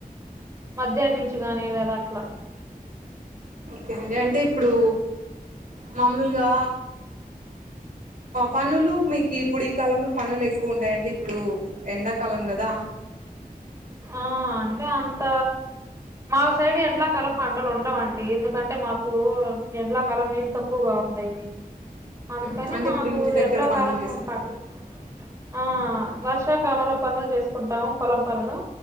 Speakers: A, on the right; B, on the right.
A: మధ్యాహ్ంచి గాని లేదా అట్లా
B: ఓకే అండి అంటే ఇప్పుడు మామలుగా పనులు మీకు ఇప్పుడు ఈ కాలంలో పనులు ఎక్ క్కువ ఉంటాయండి ఇప్పుడు ఎండ కాలం కదా
A: ఆ అంటే అంత మా సైడ్ ఎండలకాలం పంటలు ఉండవండి ఎందుకంటే మాకు ఎండకాలం నీళ్ళు తక్కువగా ఉంటాయి. అందుకని
B: మ్హూ. అంటే
A: మాకు
B: ఇప్పుడు ఇంటి దగ్గర
A: ఎండలకాలం
B: పనులు చేసుకుంటారు
A: కొంపాకి ఆ వర్షాకాలంలో పనులు చేసుకుంటాము పొలం పనులు